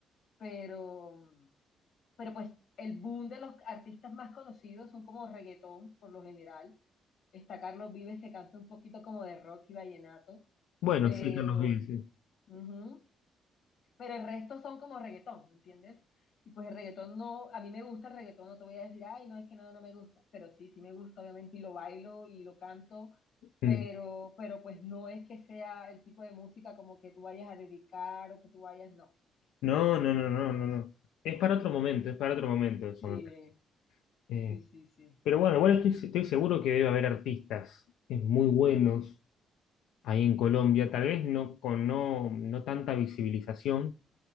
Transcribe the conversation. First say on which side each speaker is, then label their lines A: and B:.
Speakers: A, on the left; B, on the left.
A: pero, pero pues el boom de los artistas más conocidos son como reggaetón por lo general, está Carlos Vives que canta un poquito como de rock y vallenato,
B: Bueno,
A: pero...
B: sí, Carlos Vives, sí.
A: ujú, pero el resto son como reggaetón, ¿me entiendes? Y pues el reggaetón no, a mí me gusta el reggaetón, no te voy a decir, ay, no, es que no, no me gusta, pero sí, sí me gusta, obviamente, y lo bailo y lo canto,
B: Mm.
A: pero, pero pues no es que sea el tipo de música como que tú vayas a dedicar o que tú vayas, no.
B: No, no, no, no, no, no. Es para otro momento, es para otro momento eso
A: Sí,
B: me parece. Eh,
A: sí, sí, sí,
B: pero bueno, igual estoy, estoy seguro que debe haber artistas eh, muy buenos ahí en Colombia, tal vez no con no, no tanta visibilización